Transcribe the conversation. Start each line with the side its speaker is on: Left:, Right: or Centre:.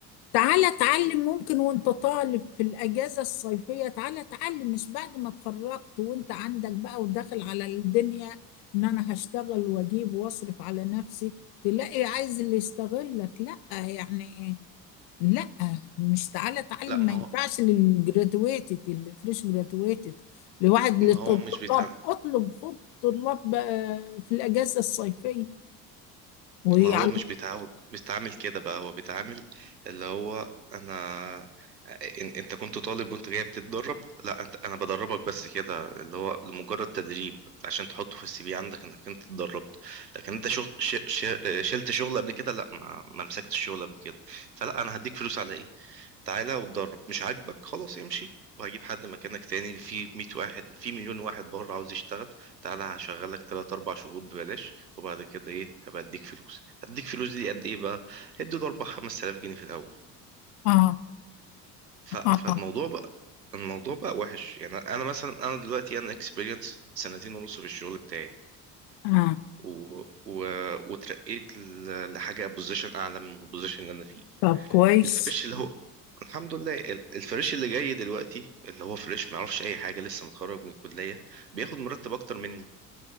Left: تعالى اتعلم ممكن وانت طالب في الاجازه الصيفيه تعالى اتعلم مش بعد ما اتخرجت وانت عندك بقى وداخل على الدنيا ان انا هشتغل واجيب واصرف على نفسي تلاقي عايز اللي يستغلك لا يعني لا مش تعالى اتعلم
Right: لا
Left: ما
Right: ما
Left: ينفعش
Right: هو
Left: للجرادويتد اللي فريش جرادويتد لواحد
Right: ما
Left: للطلاب
Right: هو مش بيتعلم
Left: اطلب خد طلاب بقى في الاجازه الصيفيه ويعلم
Right: ما هو مش بيتعامل بيتعامل كده بقى هو بيتعامل اللي هو انا إن- انت كنت طالب وانت جاي بتتدرب لا انت انا بدربك بس كده اللي هو لمجرد تدريب عشان تحطه في السي في عندك انك انت اتدربت لكن انت شغل ش... ش... شلت شغل قبل كده لا ما... ما مسكتش شغل قبل كده فلا انا هديك فلوس على ايه تعالى واتدرب مش عاجبك خلاص امشي وهجيب حد مكانك تاني في 100 واحد في مليون واحد بره عاوز يشتغل تعالى هشغلك 3 4 شهور ببلاش وبعد كده ايه هبقى اديك فلوس هديك فلوس دي قد ايه بقى ادي له 4 5000 جنيه في الاول
Left: اه
Right: ف... فالموضوع
Left: اه اه
Right: بقى الموضوع بقى وحش يعني انا مثلا انا دلوقتي انا اكسبيرينس سنتين ونص في الشغل بتاعي
Left: آه.
Right: و... و... وترقيت ل- لحاجه بوزيشن اعلى من البوزيشن اللي انا فيه
Left: طب كويس
Right: الفريش اللي هو الحمد لله ال- الفريش اللي جاي دلوقتي اللي هو فريش ما يعرفش اي حاجه لسه متخرج من الكليه بياخد مرتب اكتر مني